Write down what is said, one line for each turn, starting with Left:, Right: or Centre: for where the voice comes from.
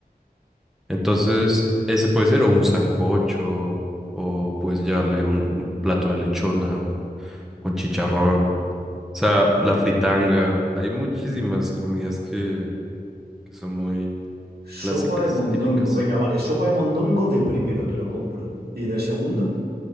Centre: Entonces, ese puede ser o un sancocho o pues llevarle un un plato de lechona con chicharrón. O sea, la fritanga. Hay muchísimas comidas que, que son muy
Right: Sopa
Centre: clásicas,
Right: de mondongo.
Centre: típicas.
Right: Venga, vale, sopa de mondongo de primero, te lo compro. ¿Y de segundo?